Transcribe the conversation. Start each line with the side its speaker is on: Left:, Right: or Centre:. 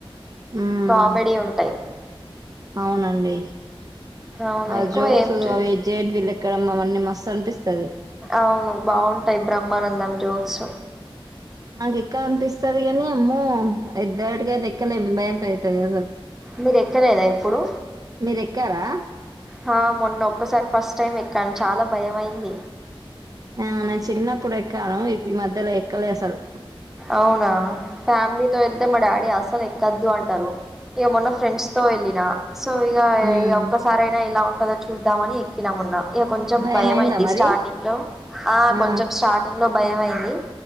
Right: మ్మ్
Centre: కామెడీ ఉంటాయి.
Right: అవునండి
Centre: అవును
Right: ఆ
Centre: ఎక్కువ
Right: జోక్స్
Centre: ఏం చూ
Right: అవి జెయింట్వీలు ఎక్కడమ్మ అవన్నీ మస్తు అనిపిస్తది
Centre: అవును బాగుంటాయి బ్రహ్మానందం జోక్స్
Right: మాకెక్కలా అనిపిస్తది కానీ అమ్మో ఇద్దరిటికైతే ఎక్కలేం భయం <unintelligible> యితాది అసలు
Centre: మీరు ఎక్కలేదా ఎప్పుడు
Right: మీరు ఎక్కారా
Centre: హా మొన్న ఒక్కసారి ఫస్ట్ టైమ్ ఎక్కన్ చాలా భయం అయింది
Right: ఆ నేను చిన్నప్పుడు ఎక్కను ఇ మధ్యలో ఎక్కలే అసల్
Centre: అవునా ఫ్యామిలీతో వెళ్తే మా డాడీ అస్సలు ఎక్కొద్దు అంటరు ఇగ మొన్న ఫ్రెండ్స్ తో వెళ్ళిన సో ఇగ
Right: ఉమ్
Centre: ఇగా ఒక్కసారైనా ఎలా ఉం టది చూద్దామని ఎక్కిన మొన్న ఇగ కొంచెం
Right: భయమైందా
Centre: భయమైంది
Right: మరి
Centre: స్టార్టింగ్ లో ఆహ్
Right: ఆ
Centre: కొంచెం స్టార్టింగ్ లో భయమైంది